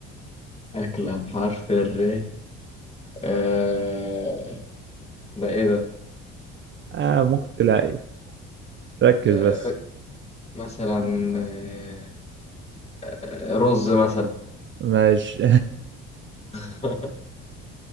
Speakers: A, on the left; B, on the right.
A: أكلة بحرف الر آه، ده إيه ده
B: آه ممكن تلاقي ركز
A: آه،
B: بس
A: مثلا آه، آه، رز مثلا
B: ماشي
A: <laughs>